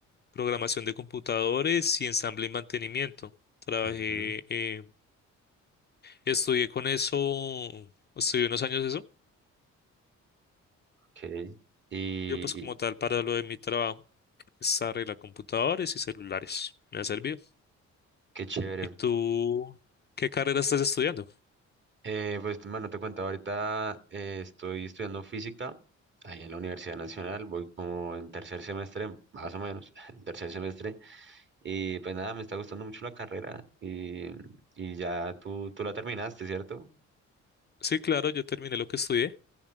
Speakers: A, on the left; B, on the right.
A: programación de computadores y ensamble y mantenimiento. Trabajé,
B: Ujú.
A: eh, estudié con eso, estudié unos años eso.
B: Ok, y, y
A: Yo pues como tal para lo de mi trabajo, es arreglar computadores y celulares. Me ha servido.
B: qué chévere.
A: ¿Y tú qué carrera estás estudiando?
B: Eh, pues, mano, te cuento, ahorita eh, estoy estudiando física ahí en la Universidad Nacional, voy como en tercer semestre, más o menos, <laughs> en tercer semestre, y pues nada, me está gustando mucho la carrera y, y ya tú, tú la terminaste, ¿cierto?
A: Sí, claro, yo terminé lo que estudié.